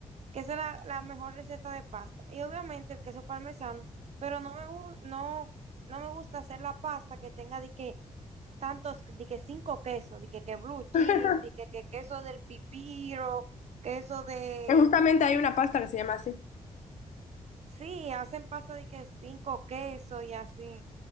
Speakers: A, on the right (about 55°); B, on the left (about 70°).
A: Que esa es la, la mejor receta de pasta. Y obviamente el queso parmesano, pero no me, gu- no, no me gusta hacer la pasta que tenga de que tantos, de que cinco quesos, de que, que blue cheese,
B: <laughs>
A: de que, que queso del pipiro, queso de
B: Que justamente hay una pasta que se llama así.
A: Sí, hacen pasta de que cinco quesos y así.